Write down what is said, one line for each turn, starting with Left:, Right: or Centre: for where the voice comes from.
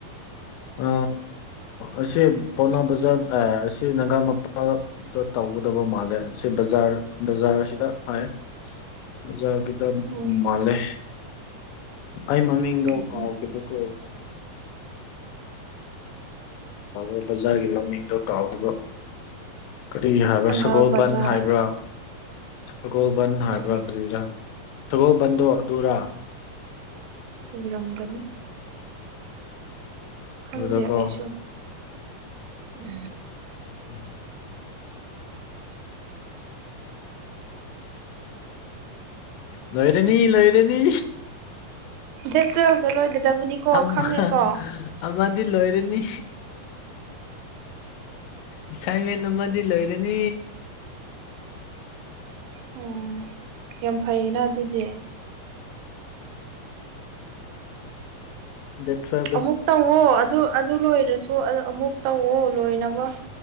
Left: ꯑ ꯑꯁꯤ ꯄꯥꯎꯅꯥ ꯕꯖꯥꯔ ꯑꯁꯤ ꯅꯒꯥ ꯃꯄꯥꯜ ꯗ ꯇꯧꯒꯗꯕ ꯃꯥꯜꯂꯦ ꯁꯤ ꯕꯖꯥꯔ ꯕꯖꯥꯔꯁꯤꯗ ꯍꯥꯏ ꯕꯖꯥꯔꯒꯤꯗ
Right: ꯎꯝ
Left: ꯃꯥꯜꯂꯦ ꯑꯩ ꯃꯃꯤꯡꯗ
Right: ꯎꯝ
Left: ꯀꯥꯎꯈꯤꯕꯀꯣ ꯊꯥꯡꯃꯩ ꯕꯖꯥꯔꯒꯤ ꯃꯃꯤꯡꯗꯣ ꯀꯥꯎꯗꯕ ꯀꯔꯤ ꯍꯥꯏꯕ꯭ꯔꯥ
Right: ꯊꯪꯒꯥꯜ
Left: ꯁꯒꯣꯜꯕꯟ
Right: ꯕꯖꯥꯔ
Left: ꯍꯥꯏꯕ꯭ꯔꯥ ꯁꯒꯣꯜꯕꯟ ꯍꯥꯏꯕ꯭ꯔꯥ
Right: ꯑꯣ ꯑꯣ
Left: ꯀꯔꯤꯔꯥ ꯁꯒꯣꯜꯕꯟꯗꯣ ꯑꯗꯨꯔꯥ
Right: ꯎꯔꯝꯒꯅꯤ ꯈꯪꯗꯦ
Left: ꯑꯗꯨꯗꯀꯣ
Right: ꯑꯩꯁꯨ ꯎꯝ
Left: ꯎꯝ <inaudible> ꯂꯣꯏꯔꯅꯤ ꯂꯣꯏꯔꯅꯤ
Right: ꯗꯦꯠ ꯇꯨꯋꯦꯜꯐꯇ ꯂꯣꯏꯒꯗꯕꯅꯤꯀꯣ
Left: ꯑꯝꯃ
Right: ꯈꯪꯉꯦꯀꯣ
Left: ꯑꯃꯗꯤ ꯂꯣꯏꯔꯅꯤ ꯑꯦꯁꯥꯏꯃꯦꯟ ꯑꯃꯗꯤ ꯂꯣꯏꯔꯅꯤ
Right: ꯑꯣ ꯌꯥꯝ ꯐꯩꯌꯦꯅ ꯑꯗꯨꯗꯤ
Left: ꯗ ꯈꯔ
Right: ꯑꯃꯨꯛ ꯇꯧꯋꫭ ꯑꯗꯨ ꯑꯗꯨ ꯂꯣꯏꯔꯁꯨ ꯑꯃꯨꯛ ꯇꯧꯋꯣ ꯂꯣꯏꯅꯕ